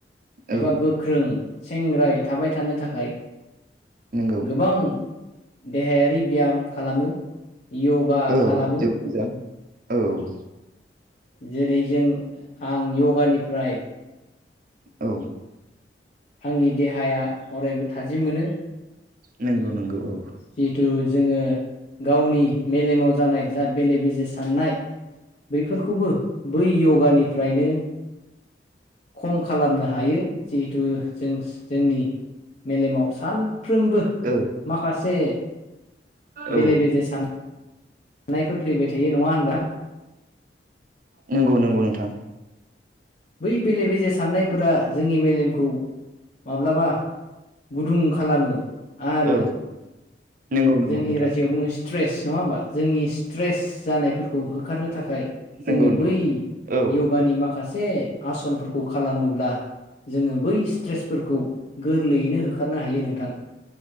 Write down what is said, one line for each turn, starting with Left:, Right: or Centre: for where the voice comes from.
Right: औ
Left: एबा गोख्रों सेंग्राय थाबाय थानो थाखाय।
Right: नंगौ
Left: गोबां देहायारि ब्याम खालामो। योगा
Right: औ
Left: खालामो।
Right: <unintelligible> औ।
Left: जेरै जों आं यगानिफ्राय
Right: औ।
Left: आंनि देहाया अरायबो थाजिम मोनो।
Right: नंगौ नंगौ औ।
Left: जिहेथु जोङो गावनि मेलेमाव जानाय जा बेले बेजे साननाय। बैफोरखौबो बै य'गानिफ्रायनो खम खालामनो हायो जिहेथु जों जोंनि मेलेमाव सानफ्रोमबो
Right: औ।
Left: फारसे बेले
Right: औ
Left: बेजे साननायफोर फैबाय थायो नङा होनबा?
Right: नंगौ नंगौ नोंथां।
Left: बै बेले बेजे साननायफोरा जोंनि मेलेमखौ माब्लाबा गुदुं खालामो आरो
Right: औ नंगौ नंगौ
Left: जों
Right: नोंथां
Left: इंराजियाव बुङो स्ट्रेस नङा होमबा? जोंनि स्ट्रेस जानायफोरखौ होखारनो थाखाय जोङो
Right: नंगौ नंगौ
Left: बै
Right: औ
Left: यगानि माखासे आसनफोरखौ खालामोब्ला जोङो बै स्ट्रेसफोरखौ गोरलैयैनो होखारनो हायो नोंथां।